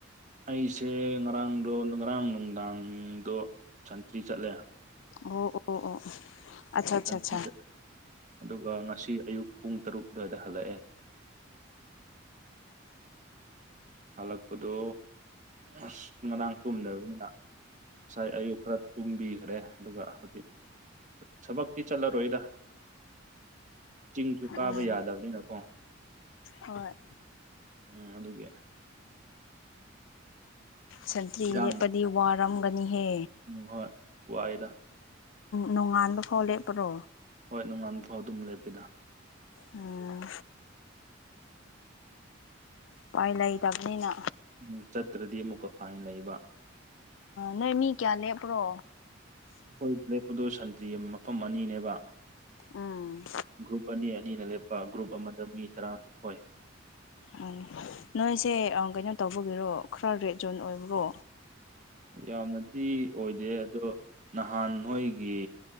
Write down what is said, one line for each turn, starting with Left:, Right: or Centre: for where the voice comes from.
Right: ꯑꯩꯁꯦ ꯉꯔꯥꯡꯗꯣ ꯉꯔꯥꯡ ꯅꯨꯡꯗꯥꯡꯗꯣ ꯁꯟꯇ꯭ꯔꯤ ꯆꯠꯂꯦ
Left: ꯑꯣ ꯑꯣ ꯑꯣ ꯑꯠꯆꯥ ꯑꯠꯆꯥ
Right: ꯁꯟꯇ꯭ꯔꯤꯠ
Left: ꯑꯠꯆꯥ
Right: ꯑꯗꯨꯒ ꯉꯁꯤ ꯑꯌꯨꯛ ꯄꯨꯡ ꯇꯔꯨꯛ ꯑꯗꯨꯋꯥꯏꯗ ꯍꯜꯂꯛꯑꯦ ꯍꯜꯂꯛꯄꯗꯣ ꯑꯁ ꯉꯔꯥꯡ ꯇꯨꯝꯗ꯭ꯔꯕꯅꯤꯅ ꯉꯁꯥꯏ ꯑꯌꯨꯛ ꯈꯔ ꯇꯨꯝꯕꯤꯈ꯭ꯔꯦ ꯑꯗꯨꯒ ꯍꯧꯖꯤꯛ ꯊꯕꯛꯇꯤ ꯆꯠꯂꯔꯣꯏꯗ ꯆꯤꯡꯁꯨ ꯀꯥꯕ
Left: ꯎꯝ
Right: ꯌꯥꯗꯕꯅꯤꯅꯀꯣ
Left: ꯍꯣꯏ
Right: ꯎꯝ ꯑꯗꯨꯒꯤ
Left: ꯁꯟꯇ꯭ꯔꯤ
Right: ꯏꯔꯥꯡ
Left: ꯂꯦꯞꯄꯗꯤ ꯋꯥꯔꯝꯒꯅꯤꯍꯦ
Right: ꯎꯝ ꯍꯣꯏ ꯋꯥꯏꯗ
Left: ꯅꯣꯡꯉꯥꯟꯕ ꯐꯥꯎ ꯂꯦꯞꯄ꯭ꯔꯣ
Right: ꯍꯣꯏ ꯅꯣꯡꯉꯥꯟꯕ ꯐꯥꯎ ꯑꯗꯨꯝ ꯂꯦꯞꯄꯤꯗ
Left: ꯎꯝ ꯎꯄꯥꯏ ꯂꯩꯇꯕꯅꯤꯅ
Right: ꯎꯝ ꯆꯠꯇ꯭ꯔꯗꯤ ꯑꯃꯨꯛꯀ ꯐꯥꯏꯟ ꯂꯩꯕ
Left: ꯅꯣꯏ ꯃꯤ ꯀꯌꯥ ꯂꯦꯞꯄ꯭ꯔꯣ
Right: ꯑꯩꯈꯣꯏ ꯕ꯭ꯂꯦꯛ ꯄꯗꯣ ꯁꯟꯇ꯭ꯔꯤ ꯃꯐꯝ ꯑꯅꯤꯅꯦꯕ
Left: ꯎꯝ
Right: ꯒ꯭ꯔꯨꯞ ꯑꯅꯤ ꯑꯅꯤꯅ ꯂꯦꯞꯄ ꯒ꯭ꯔꯨꯞ ꯑꯃꯗ ꯃꯤ ꯇꯔꯥꯅꯤꯊꯣꯏ
Left: ꯎꯝ ꯅꯣꯏꯁꯦ ꯀꯩꯅꯣ ꯇꯧꯕꯒꯤꯔꯣ ꯈꯔ ꯔꯦꯠ ꯖꯣꯟ ꯑꯣꯏꯕ꯭ꯔꯣ
Right: ꯌꯥꯝꯅꯗꯤ ꯑꯣꯏꯗꯦ ꯑꯗꯣ ꯅꯍꯥꯟ ꯅꯣꯏꯒꯤ